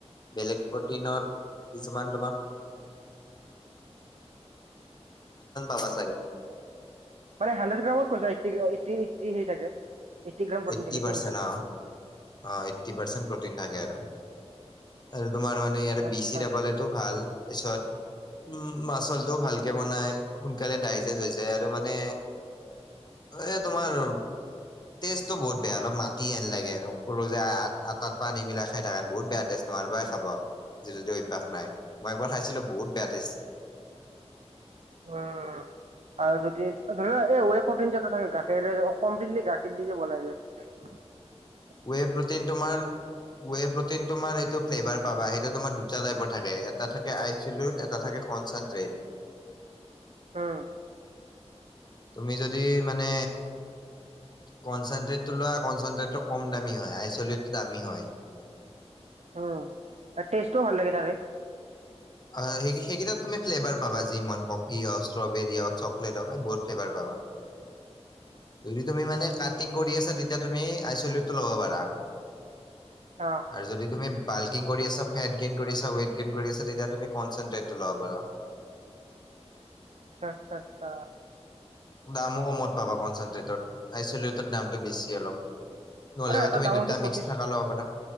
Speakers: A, on the left; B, on the right.
A: বেলেগ প্ৰটিনত কিছুমান তোমাৰ, <inaudible>
B: মানে হাড্ৰেড গ্ৰামত এইটি এইটি সেৰি থাকে এইটি গ্ৰাম প্ৰ'টিন
A: এইট্টি
B: থাকে
A: পাৰ্চেন্ট
B: ইটো কৈছা‌ তুমি।
A: অ অ এইটটি পাৰ্চেন প্ৰ'টিন থাকে আৰু আৰু তোমাৰ মানে ইয়াৰে
B: আচ্ছা
A: বি চি টো ভাল তাৰপিছত উম মাচলটোও ভালকে বনাই সোনকালে ডাইজেষ্ট হৈ যায় আৰু মানে এ তোমাৰ টেষ্টটো বহুত বেয়া অলপ মাটি এনেকা লাগে ক'লো যে আটাত পানী মিলাই খাই থাকেন বহুত বেয়া টেষ্ট। নোৱাৰোবাই খাব যদি অভ্যাস নাই মই এবাৰ খাইছিলো বহুত বেয়া টেষ্ট।
B: উম। আৰু যদি ধৰি এই ৱে প্ৰ'টিন যে থাকে গাখীৰৰে কমপ্লিটলি গাখীৰ দি যে বনাই যায়। <inaudible>
A: ৱে প্ৰ'টিন তোমাৰ ৱে প্ৰটিন তোমাৰ সেইটো ফ্লেভাৰ পাবা সেইটো তোমাৰ দুটা টাইপৰ থাকে এটা থাকে আইচেলোট এটা থাকে কনচনট্ৰেট
B: হুম।
A: তুমি যদি মানে কনচেনট্ৰেটটো লোৱা কনচেনট্ৰেটটো কম দামী হয় আইচলেটটো দামী হয়।
B: উ টেষ্টটো ভাল লাগে তাৰে।
A: আ সেইকেইটাত তুমি ফ্লেভাৰ পাবা যিমান কফি হওক ষ্ট্ৰবেৰী হওক চকলেট হওক এই বহুত ফ্লেভাৰ পাবা। যদি তুমি মানে কাটিং কৰি আছা তেতিয়া তুমি আইচলিউটো ল'ব পাৰা।
B: অ
A: আৰু যদি তুমি বাল্কিং কৰি আছা ফেট গেইন কৰিছা ৱেইট গেইন কৰি আছা তেতিয়া তুমি কনচেনট্ৰেটটো ল'ব পাৰা।
B: আচ্ছা আচ্ছা আচ্ছা।
A: দামো
B: অ
A: কমত পাবা কনচেনট্ৰেট আইচটৰ দামটো বেছি অলপ। নহলেবা
B: আৰু এটা
A: তুমি
B: দাম
A: দুটা
B: হৈছে পঁচিশ
A: মিক্স থাকা ল'ব পাৰা।